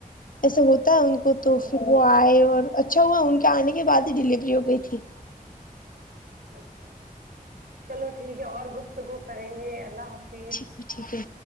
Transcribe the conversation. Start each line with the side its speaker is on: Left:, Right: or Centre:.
Left: ایسا ہوتا ہے ان کو
Right: ہوں
Left: تو پ
Right: ہاں
Left: وہ آئے اور اچھا ہوا ان کے آنے کے بعد ہی ڈلیوری ہو گئی تھی
Right: اچھا چلو ٹھیک ہے اور گپتگو کریں گے اللہ حافظ
Left: جی ٹھیک ہے